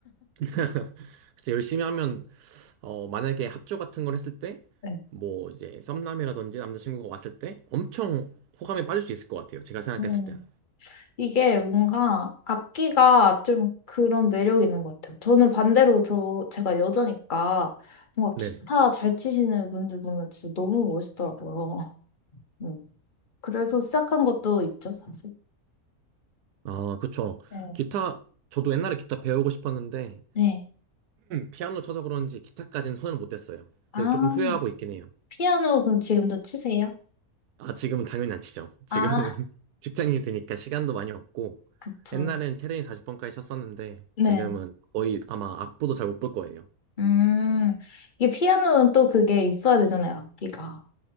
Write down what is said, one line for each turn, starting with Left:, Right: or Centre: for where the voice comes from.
Right: <laughs> 진짜 열심히 하면 어 만약에 합주 같은 걸 했을 때
Left: 네.
Right: 뭐 이제 썸남이라든지 남자친구가 왔을 때 엄청 호감에 빠질 수 있을 것 같아요. 제가 생각했을
Left: 음.
Right: 땐.
Left: 이게 뭔가 악기가 좀 그런 매력이 있는 것 같아요. 저는 반대로 저, 제가 여자니까 뭔가
Right: 네네.
Left: 기타 잘 치시는 분들 보면 진짜 너무 멋있더라고요. <laughs> 음. 그래서 시작한 것도 있죠, 사실.
Right: 아, 그쵸.
Left: 네.
Right: 기타 저도 옛날에 기타 배우고 싶었는데
Left: 네.
Right: 피아노 쳐서 그런지 기타까지는 손을 못 댔어요.
Left: 아,
Right: 그래서 조금 후회하고 있긴 해요.
Left: 피아노 그럼 지금도 치세요?
Right: 아, 지금은 당연히 안 치죠. 지금은
Left: 아,
Right: <laughs> 직장인이 되니까 시간도 많이 없고,
Left: 그쵸.
Right: 옛날엔 테레인 40번까지 쳤었는데,
Left: 네.
Right: 지금은 거의 아마 악보도 잘 못 볼 거예요.
Left: 음, 이게 피아노는 또 그게 있어야 되잖아요, 악기가.